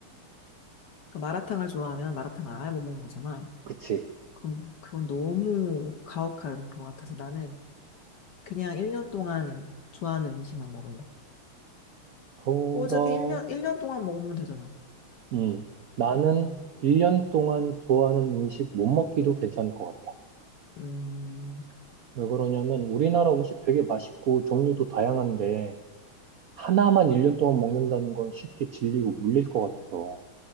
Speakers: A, on the left (about 55°); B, on the right (about 75°).
A: 그러니까 마라탕을 좋아하면 마라탕을 아예 못 먹는 거잖아.
B: 그치?
A: 그건, 그건 너무 가혹한 것 같아서 나는 그냥 1년 동안 좋아하는 음식만 먹을래.
B: 그러,
A: 어차피 1년, 일 년 동안 먹으면 되잖아.
B: 음, 나는
A: 음,
B: 1년 동안 좋아하는 음식 못 먹기도 괜찮을 것 같아.
A: 음,
B: 왜 그러냐면 우리나라 음식 되게 맛있고 종류도 다양한데 하나만 1년 동안 먹는다는 건 쉽게 질리고 물릴 것 같아서